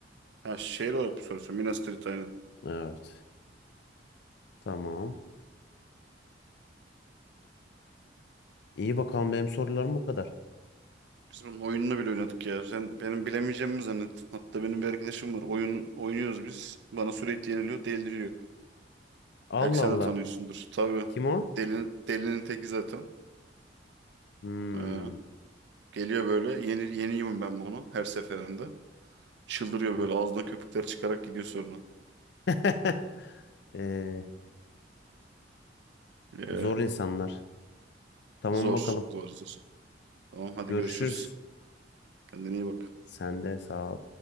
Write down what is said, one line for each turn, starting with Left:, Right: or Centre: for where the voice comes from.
Right: Ha şehir olarak bu soruyorsun. Minas Tirith aynen.
Left: Evet. Tamam. İyi bakalım benim sorularım bu kadar.
Right: Biz bunun oyununu bile oynadık ya. Sen benim bilemeyeceğimi mi zannet. Hatta benim bir arkadaşım var. Oyun oynuyoruz biz. Bana sürekli yeniliyor, deliriyor.
Left: Allah
Right: Belki sen
Left: Allah.
Right: de tanıyorsundur. Tabii.
Left: Kim o?
Right: Delinin, delinin teki zaten.
Left: Hmm.
Right: Ha. Geliyor böyle. Yeni, yeniyim ben bunu her seferinde. Çıldırıyor böyle ağzından köpükler çıkarak gidiyor sonra.
Left: <laughs> Ee,
Right: Ya,
Left: zor insanlar. Tamam
Right: Zor,
Left: bakalım.
Right: zor, zor. Tamam hadi
Left: Görüşürüz.
Right: görüşürüz. Kendine iyi bak.
Left: Sen de sağ ol.